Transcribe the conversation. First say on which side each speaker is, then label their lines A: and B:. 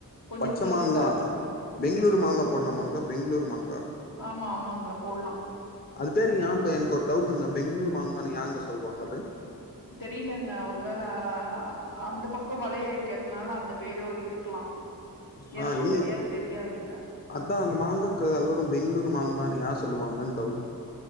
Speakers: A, on the left; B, on the left.
A: கொஞ்ச
B: பச்ச
A: புளிப்புக்காக
B: மாங்கா பெங்ளூரு மாங்கா
A: ஆ
B: போட்லமாங்க பெங்ளூரு மாங்கா
A: ஆமா ஆமாங்க போட்லா
B: அது பேரு யாங்க எனக்கு ஒரு டவுட்ங்க பெங்ளூரு மாங்கான்னு யாங்க சொல்லுவாங்க அது
A: தெரிலங்க ஒருவேள அந்த பக்கோ வளைய வக்கிறனால அந்த பேரு இருக்கலா
B: ஆ
A: எனக்கு
B: இல்ல
A: சரியா தெரியாதுங்க
B: அதா அந்த மாங்காக்கு எல்லாரு பெங்ளூரு மாங்கான்னு யா சொல்லுவாங்கனு டவுட்